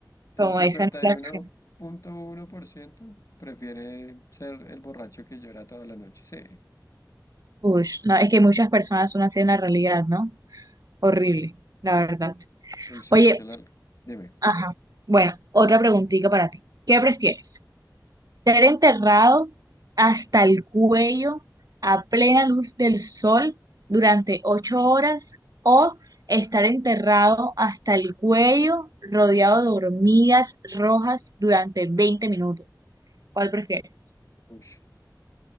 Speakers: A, on the left; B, on the right.
A: El
B: como
A: cincuenta
B: esa no es
A: y
B: la
A: uno
B: opción.
A: uno punto uno por ciento prefiere ser el borracho que llora toda la noche. Sí.
B: Ush, no, es que muchas personas son así en la realidad, ¿no? Horrible, la verdad.
A: Uy, sí,
B: Oye,
A: es que la... Dime.
B: ajá. Bueno, otra preguntita para ti. ¿Qué prefieres? ¿Ser enterrado hasta el cuello a plena luz del sol durante ocho horas o estar enterrado hasta el cuello rodeado de hormigas rojas durante 20 minutos? ¿Cuál prefieres?
A: Uy.